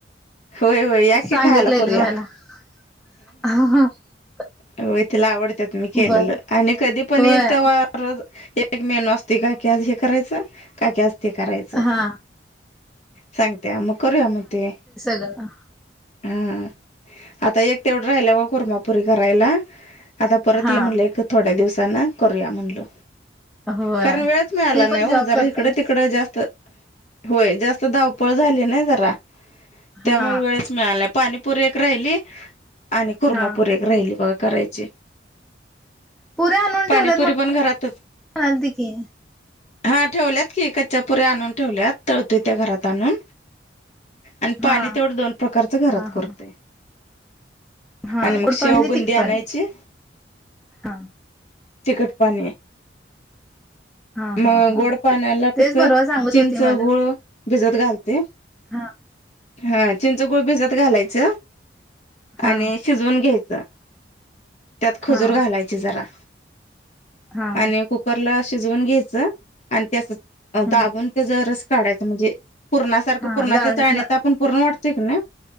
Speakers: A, on the left (about 40°); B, in the centre.
A: होय होय या की
B: सांगितलेली
A: खायला करूया.
B: मला <unintelligible>
A: हो तिला आवडत त मी केलेलं
B: बर
A: आणि कधी पण
B: होय
A: येईल तवा एक मेनू असते काकी आज हे करायचं काकी आज ते करायचं
B: हा
A: सांगत्या मग करूया मग ते
B: हा.
A: हा आता एक तेवढं राहिला ग कुरमापुरी करायला आता परत
B: हा
A: ये म्हणलं एक थोड्या दिवस त्यां नाही कोरया म्हणल.
B: होय
A: कारण वेळच मिळाला
B: ती
A: नाही
B: पण
A: हो
B: जॉब
A: जरा
B: करत्या
A: इकडे
B: ना
A: तिकडे जास्त होय जास्त धावपळ झाली नाही जरा
B: हा
A: त्यामुळे वेळच मिळाला नाही पाणी पुरेक राहिली आणि खुर्मापुरेक
B: हा
A: राहिली बघ करायची.
B: पुऱ्या आणून
A: पाणीपुरी
B: ठेवल्यात
A: पण घरातच.
B: म्हणालती की
A: हा ठेवल्यात की कच्च्यापुऱ्या आणून ठेवल्यात तळतोय त्या घरात आणून. आणि पाणी
B: हा
A: तेवढं दोन प्रकारच घरात
B: हा
A: करतोय.
B: हा हा
A: आणि मग
B: गोड
A: शेव
B: पाणी आणि
A: बुंदी
B: तिखट
A: आणयची,
B: पाणी हा
A: तिखट पाणी
B: हा
A: मग
B: हा हा
A: गोड पाण्याला
B: तेच
A: कस
B: परवा सांगत
A: चिंच,
B: होती मला
A: गुळ भिजत घालते.
B: हा.
A: हा चिंचगुळ भिजत घालायच
B: हा
A: आणि शिजवून घ्यायचं. त्यात खजूर
B: हा
A: घालायची जरा.
B: हा
A: आणि कुकर ला शिजवून घ्यायच आणि
B: हा
A: दाबून त्याचा रस काढायच म्हणजे पूर्णासारखं
B: हा
A: पूर्णाच्या
B: गाळणीतन
A: चाळनीत आपण वाटते का नाही